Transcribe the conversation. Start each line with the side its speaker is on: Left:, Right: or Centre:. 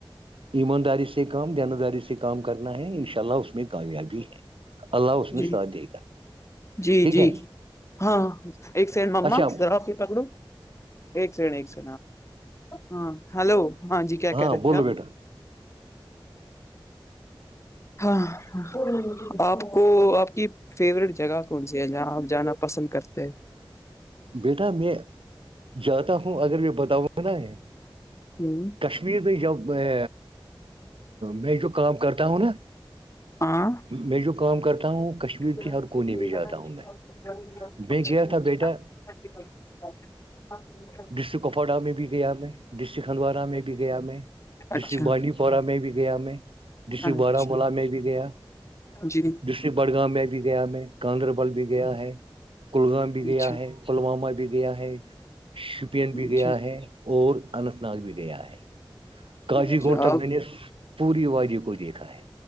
Right: ایمانداری سے کام دان داری سے کام کرنا ہے انشاء اللہ اس میں کامیابی ہے اللہ اس نے
Left: جی
Right: ساتھ دے گا
Left: جی
Right: ٹھیک
Left: جی
Right: ہے
Left: ہاں ایک سیکنڈ
Right: اچھا
Left: ما ذرا آ کی پکڑو ایک س ایک س ہاں ہلو ہاں جی کیا
Right: ہاں
Left: کہہ رہے
Right: بولو
Left: تھے آپ
Right: بیٹا
Left: ہاں آپ آ کو آپ کی فیورٹ جگہ کون سی ہے جہاں آپ جانا پسند کرتے ہیں
Right: بیٹا میں جاتا ہوں اگر میں بتاؤںا ہے
Left: ہوں
Right: کشمیر میں جب میں میں جو کام کرتا ہوں نا
Left: <inaudible>
Right: میں جو کام کرتا ہوں کشمیر کے ہر
Left: <inaudible>
Right: کونے میں جاتا ہوں میں میں گیا تھا
Left: <inaudible>
Right: بیٹا ڈسٹرک کپواڑہ میں بھی گیا میں ڈسٹرک ہندوارہ میں بھی گیا میں
Left: اچھا
Right: ڈسٹرک بانڈی پورہ میں بھی گیا میں ڈسٹرک
Left: اچھا
Right: بارامولہ میں بھی گیا
Left: جی
Right: ڈسٹرک بڑگام میں بھی گیا میں گاندربل بھی گیا گیا ہے کلگام بھی
Left: اچھا
Right: گیا ہے پلوامہ بھی گیا ہے شپین بھی
Left: اچھا
Right: گیا ہے اور اننت ناگ بھی گیا ہے کاضی
Left: اچھا
Right: کوڑ تک
Left: آپ
Right: میں نے اس پوری واازی کو دیکھا ہے